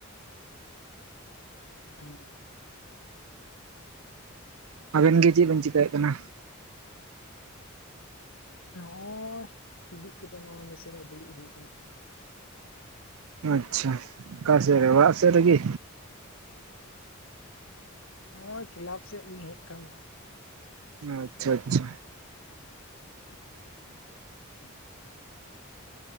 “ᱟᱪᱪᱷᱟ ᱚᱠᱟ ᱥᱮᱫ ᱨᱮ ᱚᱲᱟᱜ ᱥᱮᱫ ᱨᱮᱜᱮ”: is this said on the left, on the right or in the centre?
Right